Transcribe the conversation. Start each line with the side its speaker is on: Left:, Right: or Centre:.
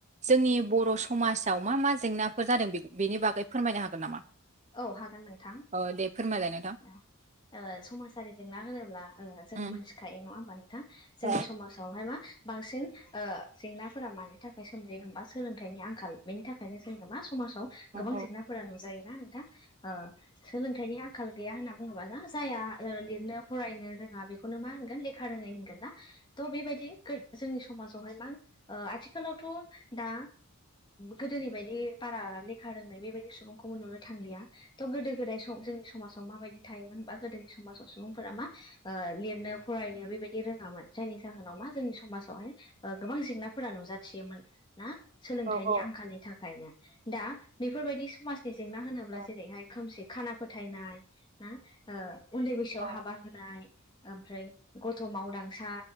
Right: जोंनि बर' समाजाव मा मा जेंना फोर जादों बि बिनि बागै फोरमायनो हागोन नामा
Left: औ हागोन नोंथां।
Right: औ दे फोरमायलाय नोंथां
Left: <unintelligible> ओ समाजारि जेंना होनोब्ला ओ जोङो
Right: उम
Left: मोनथिखायो नङा होमबा नो? जोंनि
Right: औ
Left: समाजावहाय मा बांसिन ओ जेंनाफोरा मानि थाखाय सोमजियो होमबा सोलोंथाइनि आंखाल बेनि थाखायनो जोङो मा समाजाव
Right: औ
Left: गोबां
Right: औ
Left: जेंनाफोरा नुयो जायोना नोंथां ओ सोलोंथाइनि आंखाल गैया होनना बुङोबा ना जाया लिरनो फरायनो रोङा बेखौनो मा होनगोन लेखा रोङै होनगोन ना थ' बेबायदि जोंनि समाजावहाय मा ओ आथिखालावथ' दा गोदोनि बायदि बारा लेखा रोंनाय बेबायदि सुबुं खौबो नुनो थांलिया थ' गोदो गोदाय सम जोंनि समाजाव माबायदि थायोमोन बा गोदोनि समाजाव सुबुंफोरा मा ओ लिरनो फरायनो बेबायदि रोङामोन जायनि जाहोनाव मा जोंनि समाजावहाय ओ गोबां जेंनाफोर फोरा नुजाथियोमोन ना सोलोंथाइनि
Right: औ औ
Left: आंखालनि थाखायनो दा बेफोरबायदि समाजनि जेंना होनोब्ला
Right: औ
Left: जेरैहाय खोमसि खाना फोथायनाय ना? ओ उन्दै बैसोआव
Right: औ
Left: हाबा होनाय ओमफ्राय गथ' मावदांसा